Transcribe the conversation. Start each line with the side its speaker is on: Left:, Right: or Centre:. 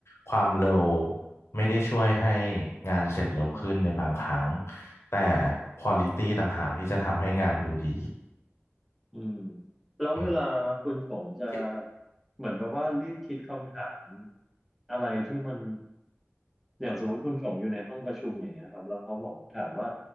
Left: ความเร็วไม่ได้ช่วยให้งานเสร็จเร็วขึ้นในบางครั้ง
Centre: อืม
Left: แต่ควอลิตี้ต่างหากที่จะทำให้งานดูดี
Centre: อืมแล้วเวลาคุณชงจะ
Left: อืมที่
Centre: เหมือนแบบว่ารีบคิดคำถามอะไรที่มันอย่างสมมติคุณชงอยู่ในห้องประชุมอย่างเงี้ยครับแล้วเขาบอกถามว่า